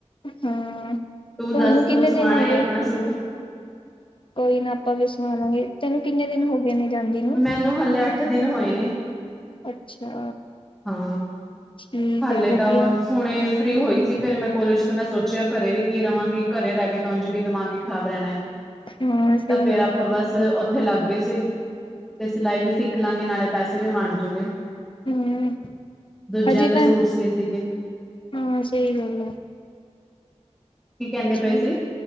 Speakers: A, on the left; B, in the centre.
A: ਹਾਂ
B: ਤੂੰ
A: ਤੁਹਾਨੂੰ
B: ਦੱਸ
A: ਕਿੰਨੇ
B: ਤੂੰ ਸਵਾਣਾ
A: ਦਿਨ ਹੋ ਗਏ
B: ਆਪਣਾ ਸੂਟ
A: ਕੋਈ ਨਾ ਆਪਾਂ ਵੀ ਸੋਆਵਾਂਗੇ ਤੈਨੂੰ ਕਿੰਨੇ ਦਿਨ ਹੋ ਗਏ ਨੇ ਜਾਂਦੀ ਨੂੰ
B: ਮੈਨੂੰ ਹਲੇੇ ਅੱਠ ਦਿਨ ਹੋਏ ਨੇ
A: ਅੱਛਾ
B: ਹਾਂ
A: ਠੀਕ
B: ਹਲੇ
A: ਹੈ ਵਧੀਆ
B: ਤਾਂ ਹੁਣੇ ਫ੍ਰਰੀ ਹੋਈ ਸੀ ਫੇਿਰ ਮੈਂ ਕੋਲੇਜ ਤੋਂ ਮੈਂ ਸੋਚਿਆ ਘਰੇ ਵੀ ਕੀ ਰਹਾਂਗੀ ਘਰੇ ਰਹਿ ਕੇ ਤਾਂੰਝ ਵੀ ਦਿਮਾਗ ਖਰਾਬ ਰਹਿਣਾ ਹੈ
A: ਹਾਂ ਸਹੀ
B: ਤਾਂ ਫੇਰ
A: ਗੱਲ
B: ਆਪਾਂ
A: ਹੈ
B: ਬਸ ਉੱਥੇ ਲੱਗ ਗਏ ਸੀ ਤੇ ਸਿਲਾਈ ਵੀ ਸਿੱਖ ਲਾਂਗੇ ਨਾਲੇ ਪੈਸੇ ਵੀ ਬਣ ਜੂਗੇ
A: ਹਮ
B: ਦੂਜਿਆਂ
A: ਹਜੇ
B: ਦੇ
A: ਤਾਂ
B: ਸੂਟ ਸੀ ਸੀਗੇ
A: ਹਾਂ ਸਹੀ ਗੱਲ ਆ
B: ਕੀ ਕਹਿੰਦੇ
A: ਜੀ
B: ਪਏ ਸੀ